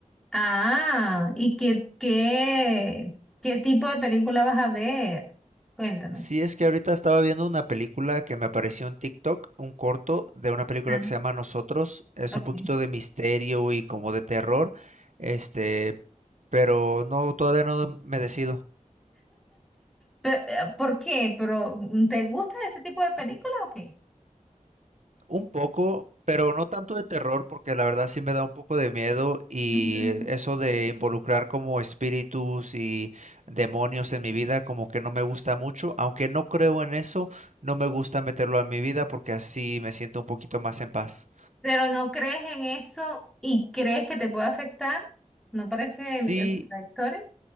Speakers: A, in the centre; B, on the right.
A: Ah, ¿y qué, qué, qué tipo de película vas a ver? Cuéntame.
B: Sí, es que ahorita estaba viendo una película que me apareció en TikTok, un corto de una película
A: Ah,
B: que se llama Nosotros. Es
A: ok.
B: un poquito de misterio y como de terror. Este, pero no, todavía no me decido.
A: Pe- eh, ¿Por qué? ¿Pero mm, te gusta ese tipo de película o qué?
B: Un poco, pero no tanto de terror, porque la verdad sí me da un poco de miedo y
A: Ujú.
B: eso de involucrar como espíritus y demonios en mi vida como que no me gusta mucho, aunque no creo en eso, no me gusta meterlo en mi vida porque así me siento un poquito más en paz.
A: Pero no crees en eso y crees que te puede afectar, ¿no parece
B: Sí,
A: medio contradictorio?